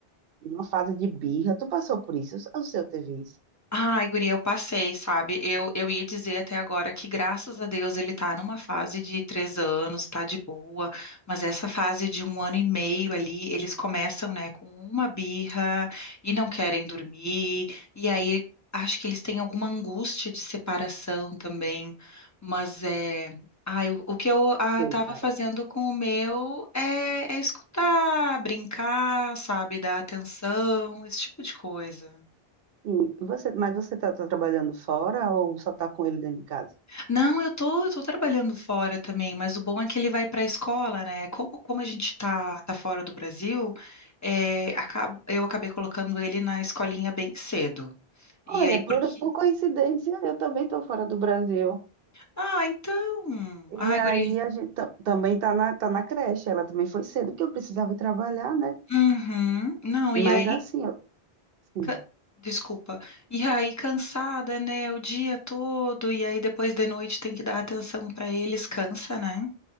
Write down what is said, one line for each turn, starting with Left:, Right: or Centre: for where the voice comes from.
Right: uma fase de birra. Tu passou por isso? O seu teve isso?
Left: Ai, guria, eu passei, sabe? Eu, eu ia dizer até agora que, graças a Deus, ele tá numa fase de três anos, tá de boa, mas essa fase de um ano e meio ali, eles começam, né, com uma birra e não querem dormir, e aí acho que eles têm alguma angústia de separação também, mas é. Ai, o, o que eu ah,
Right: Sim,
Left: tava
Right: cara.
Left: fazendo com o meu é é escutar, brincar, sabe, dar atenção, esse tipo de coisa.
Right: E você, mas você tá, tá trabalhando fora ou só tá com ele dentro de casa?
Left: Não, eu tô, eu tô trabalhando fora também, mas o bom é que ele vai para a escola, né? Como, como a gente tá, tá fora do Brasil, é, acabo- eu acabei colocando ele na escolinha bem cedo. E
Right: Olha,
Left: aí, porque.
Right: por, por coincidência, eu também estou fora do Brasil.
Left: Ah, então. Ai,
Right: E
Left: guri.
Right: aí a gente ta- também tá na, tá na creche. Ela também foi cedo, porque eu precisava ir trabalhar, né?
Left: Uhum. Não,
Right: Mas
Left: e aí.
Right: assim, eu, assim,
Left: ca- Desculpa. E aí, cansada, né? O dia todo, e aí depois de noite tem que dar atenção para eles, cansa, né?